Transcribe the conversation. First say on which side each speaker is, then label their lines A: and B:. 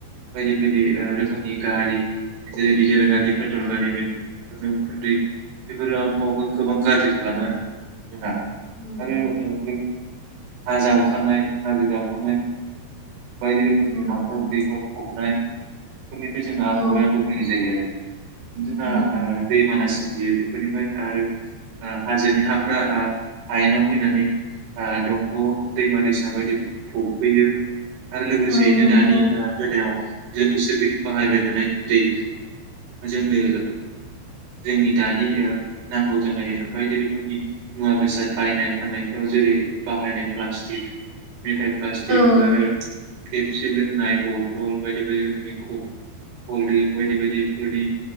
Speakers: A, on the right (about 75°); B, on the right (about 25°).
A: बायदि बायदि रोखोमनि गारि जेरै डिजेल गारि पेट्रल
B: ओ
A: गारि बायदि रोखोमनि। उखुन्दै बेफोरो आ बहावखौ गोबां गाज्रि खालामो आरो। <unintelligible>
B: ओ औ नंगौ
A: आरो हा जावखानाय हाजो जावखानाय। बायदि रोखोमनि
B: औ
A: हाखर
B: नंगौ
A: दैखर जावनाय। फोरनिफ्राय जोंङो आबहावाया
B: औ
A: गुबुंल जायो आरो। बिदिना
B: उम
A: दै मानास सोमजियो बेफोरनिफ्राय आरो हाजोनि हाफ्रा हायेनाव फैनानै दंग' दैमा दैसा बायदिफोरखौ फबफैयो। आरो लोगोसेयैनो
B: औ नंगौ
A: दानि बेलायाव। जोंनि सोरगिदिं बाहायबाय थानाय जि जोंनो जोंनि दानि नांगौ जानाय बायदि रोखोमनि मुवा बेसाद बायनाय फाननायफ्राव जेरै बाहायनाय प्लास्टिक। मेथाइ प्लासटिक
B: औ
A: आरो पेबसि लोंनाय बथल बायदि बायदि रोखोमनि कल्ड्रिंक बायदि बायदिफोरनि।